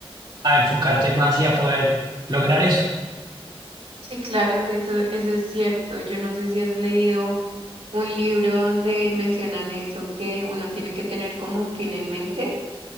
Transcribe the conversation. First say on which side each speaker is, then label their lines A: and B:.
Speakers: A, on the right; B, on the right.
A: a enfocarte más y a poder lograr eso.
B: Sí, claro, eso, eso es cierto. Yo no sé si has leído un libro donde mencionan eso, que uno tiene que tener como un fin en mente.